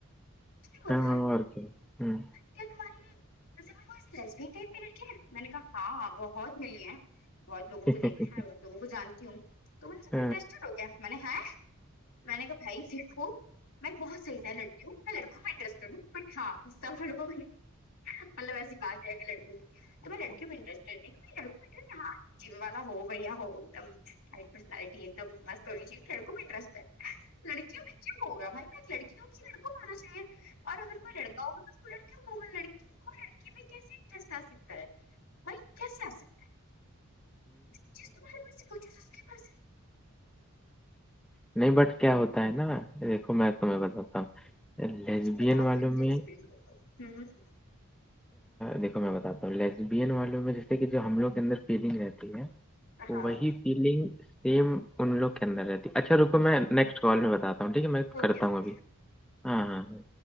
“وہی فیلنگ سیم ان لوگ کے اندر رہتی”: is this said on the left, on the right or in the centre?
Centre